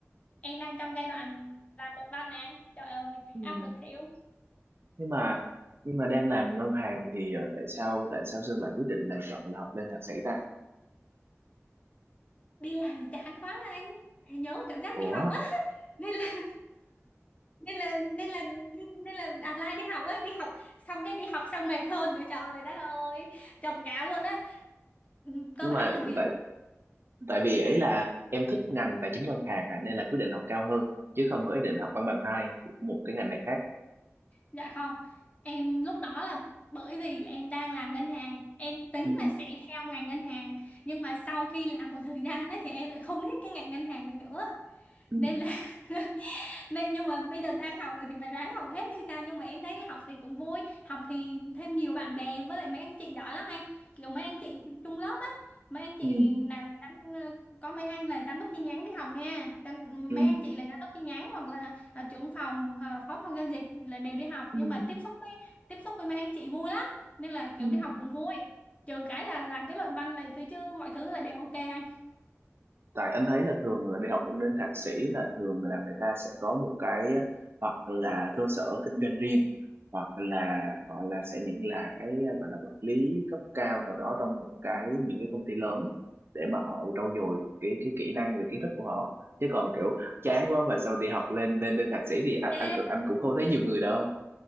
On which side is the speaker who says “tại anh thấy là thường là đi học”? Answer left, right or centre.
Right